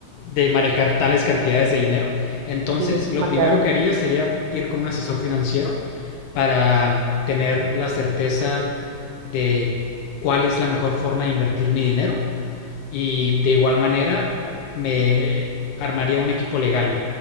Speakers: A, on the left; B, on the right.
A: de manejar tales cantidades de dinero. Entonces,
B: Sí, es
A: lo
B: demasiado.
A: primero que haría sería ir con un asesor financiero para tener la certeza de cuál es la mejor forma de invertir mi dinero y de igual manera me armaría un equipo legal